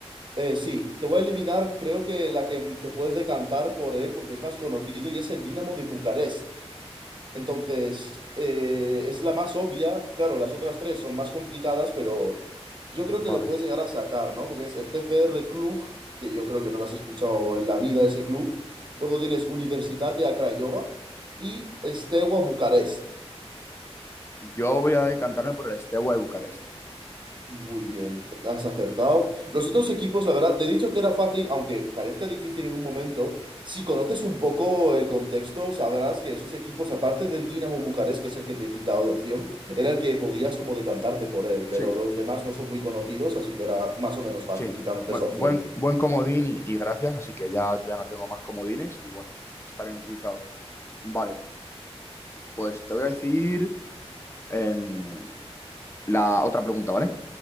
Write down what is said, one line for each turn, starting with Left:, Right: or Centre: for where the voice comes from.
Right: eh, sí, te voy a eliminar, creo que la que te puedes decantar por él porque es más conocido y es el Dinamo de Bucarest. Entonces, eh, es la más obvia. Claro, las otras tres son más complicadas, pero yo creo
Left: Vale.
Right: que lo puedes llegar a sacar, ¿no? Porque es el CFR Cluj, que yo creo que no lo has escuchado en la vida ese club. Luego tienes Universitate a Craiova y Steaua Bucarest.
Left: Yo voy a decantarme por el Steaua de Bucarest.
Right: Muy bien, has acertado. Los otros equipos, la verdad, te he dicho que era fácil, aunque parezca difícil en un momento. Si conoces un poco el contexto, sabrás que esos equipos, aparte del Dinamo Bucarest, que es el que te he quitado de opción, era el que podías como decantarte por él, pero
Left: Sí,
Right: los demás no son muy conocidos, así que era más o menos fácil
Left: Sí,
Right: quitándote
Left: bu-
Right: esa opción.
Left: buen, buen, comodín y, y gracias, así que ya, ya no tengo más comodines y bueno, está bien utilizado. Vale, pues te voy a decir em, la otra pregunta, ¿vale?